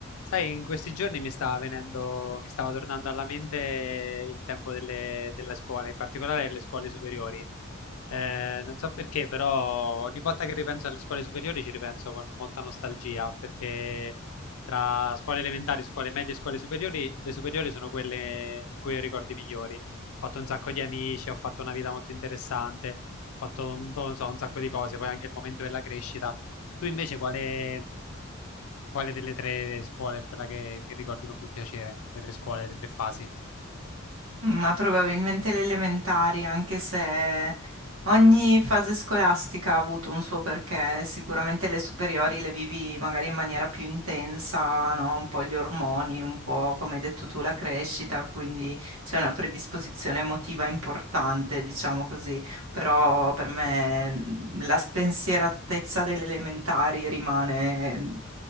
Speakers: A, on the left (about 80°); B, on the right (about 80°).
A: Sai, in questi giorni mi stava venendo, mi stava tornando alla mente il tempo delle, della scuola, in particolare le scuole superiori. Eh, non so perché, però ogni volta che ripenso alle scuole superiori ci ripenso con molta nostalgia, perché tra scuole elementari, scuole medie e scuole superiori, le superiori sono quelle in cui ho i ricordi migliori. Ho fatto un sacco di amici, ho fatto una vita molto interessante, ho fatto un po', non so, un sacco di cose, poi anche il momento della crescita. Tu invece quale, quale delle tre scuole è quella che, che ricordi con più piacere? Le tre scuole, le tre fasi?
B: Ma probabilmente le elementari, anche se ogni fase scolastica ha avuto un suo perché, sicuramente le superiori le vivi magari in maniera più intensa, no? Un po' gli ormoni, un po' come hai detto tu la crescita, quindi c'è una predisposizione emotiva importante, diciamo così, però per me mhmm, la spensieratezza delle elementari rimane mhmm,